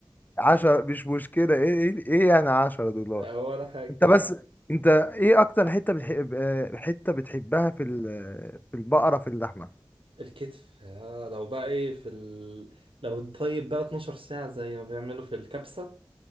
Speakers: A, on the left (about 20°); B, on the right (about 85°).
A: عشرة مش مشكله ايه ايه ايه يعني عشرة دولار
B: ولا حاجة
A: انت بس انت ايه اكتر حته بتحب آه، حته بتحبها في ال... في البقره في اللحمه
B: الكتف آه لو بقى ايه في ال... لو الطيب بقى 12 ساعة زي ما بيعملوا في الكبسة